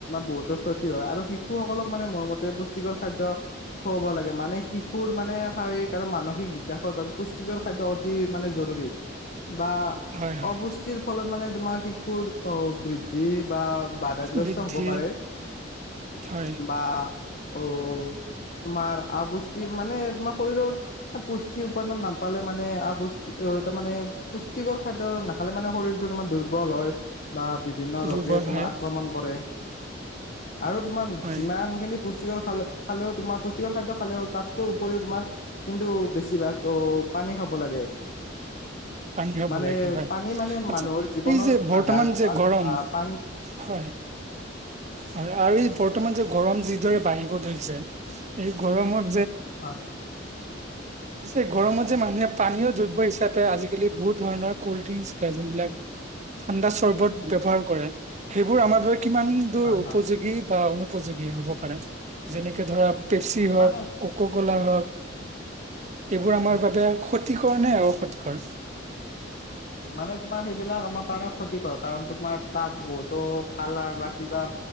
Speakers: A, on the left; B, on the right.
A: বহুতো ক্ষতি হয় আৰু শিশুসকলক মানে মোৰ মতে পুষ্টিকৰ খাদ্য খুৱাব লাগে মানে শিশুৰ মানে শাৰীৰিক আৰু মানসিক বিকাশৰ বাবে পুষ্টিকৰ খাদ্য অতি মানে জৰুৰী বা
B: হয় হয়
A: অৱষ্টিৰ ফলত মানে তোমাৰ শিশুৰ অ বৃদ্ধি বা বাধাগ্ৰস্ত
B: বৃদ্ধি
A: হব পাৰে
B: হয়
A: বা অ তোমাৰ আবষ্টি মানে তোমাৰ শৰীৰৰ পুষ্টি উপাদান নাপালে মানে মানে আপুষ্টি তাৰ মানে পুষ্টিকৰ খাদ্য‌ নাখালে মানে শৰীৰটো‌ তোমাৰ দুৰ্বল হয় বা বিভিন্ন
B: দুৰ্বল
A: ৰোগে তোমাৰ
B: হয়
A: আক্ৰমণ কৰে আৰু তোমাৰ
B: হয়
A: যিমানখিনি পুষ্টিকৰ খালে খালেও তোমাৰ পুষ্টিকৰ খাদ্য খালেও তাতকৈ উপৰিও তোমাৰ কিন্তু বেছিভাগ অ পানী খাব লাগে
B: পানী খাব
A: মানে
B: লাগে হয়
A: পানী মানে
B: আচ্ছা
A: মানুহৰ জীৱনৰ
B: এই যে বৰ্তমান
A: আধাৰ তোমাৰ
B: যে গৰম
A: আহ পানী
B: হয় হয় আৰু বৰ্তমান যে গৰম যিদৰে বাঢ়িব ধৰিছে এই গৰমত
A: অ ন
B: হৈ ই গৰমত যে মানুহে পানীও <unintelligible> আজিকালি বহুত ধৰণৰ কোল্ড ড্ৰিংক খাই যোনবিলাক ঠাণ্ডা চৰ্বত ব্যৱহাৰ কৰে সেইবোৰ আমাৰ বাবে কিমান দূৰ
A: হয়
B: উপযোগী
A: হয়
B: বা উনোপযোগী হ'ব পাৰে যেনেকে ধৰা পেপচি হওক
A: মানে
B: কক কলা হওক এইবোৰ আমাৰ
A: তোমাৰ
B: বাবে ক্ষতিকৰনে অ ক্ষতিকৰন
A: মানে তোমাৰ সেইবিলাক আমাৰ কাৰণে ক্ষতিকৰন কাৰণ তোমাৰ তাত বহুতো কালাৰ বা কিবা